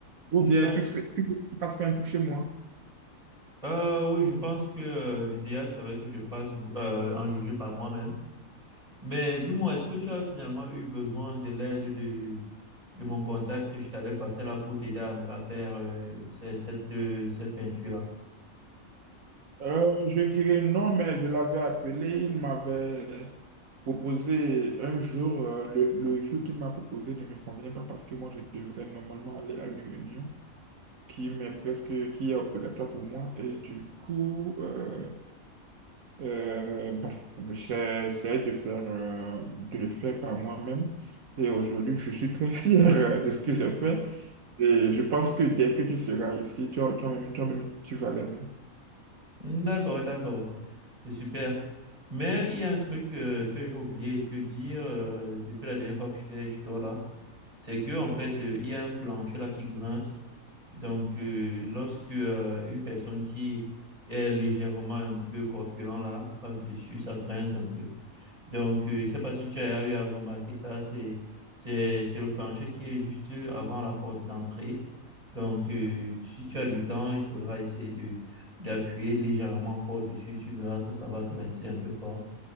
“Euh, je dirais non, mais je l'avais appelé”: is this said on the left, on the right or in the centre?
Right